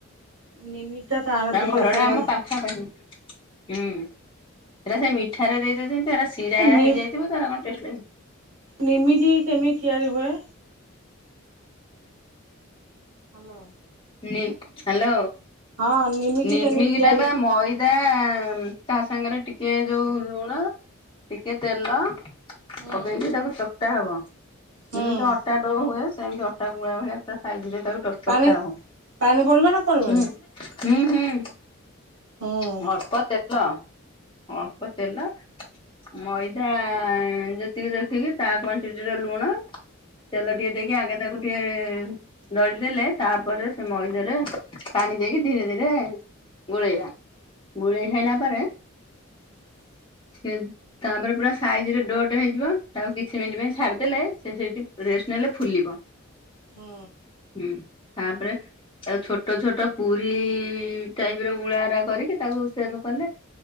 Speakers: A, on the right (about 75°); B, on the left (about 25°).
A: ନିମିକି ତା ଆର
B: ତାଙ୍କ
A: ପଟକୁ।
B: ଘର ଟା
A: <unintelligible>
B: ଆମ ପାଖାପାଖି। ହୁଁ ହେରା ସେ ମିଠାରେ ଦେଇ ଦେଇଦଉଛନ୍ତି। ସେରା ଶିରା
A: ଏ ନି
B: ହେଇଯାଇଚି ବୋଧେ। <unintelligible>
A: ନିମିକି କେମିତି ତିଆରି ହୁଏ? ହାଲୋ।
B: ନି, ହାଲୋ
A: ହଁ ନିମିକି
B: ନିମିକିଟା
A: କେମିତି ତିଆରି
B: ବା ମଇ ତା ସାଙ୍ଗରେ ଟିକେ ଯୋଉ ଲୁଣ ଟିକେ ତେଲ ପକେଇକି
A: ହୁଁ
B: ତାକୁ ଚକଟା ହବ।
A: ହୁଁ।
B: ଯେମିତି ଅଟା ଡୋ ହୁଏ। ସେମିତି ଅଟା ଗୁଳା ଭଳିଆ ପୁରା ସାଇଜ ରେ ତାକୁ ଚକଟା
A: ପାଣି
B: ହବ।
A: ପାଣି ପଡିବ ନା ପଡ଼ିବନି?
B: ହୁଁ ହୁଁ ହୁଁ
A: ହଁ ହଁ
B: ଅଳ୍ପ ତେଲ। ଅଳ୍ପ ତେଲ ମଇଦା ଯେତିକି ଦେଖିକି ତା କ୍ଵାଣ୍ଟିର ଲୁଣ। ତେଲ ଟିକେ ଦେଇକି ଆଗେ ତାକୁ ଟିକେ ଦଳିଦେଲେ ତାପରେ ସେ ମଇଦାରେ ପାଣି ଦେଇକି ଧୀରେ ଧୀରେ ଗୋଳେଇବା। ଗୋଳେଇ ସାରିଲା ପରେ
A: <inaudible>
B: ସେ ତାପରେ ପୁରା ସାଇଜ ରେ ଡୋ ହେଇଯିବ। ତାକୁ କିଛି ମିନିଟ ପାଇଁ ଛାଡିଦେଲେ ସେ ସେଠି ରେଷ୍ଟ ନେଲେ ଫୁଲିବ।
A: ହୁଁ।
B: ହୁଁ ତାପରେ ତାକୁ ଛୋଟ ଛୋଟ ପୁରୀ ଟାଇପ ର ଗୁଳା ଗୁରା କରିକି ତାକୁ ସେବ କଲେ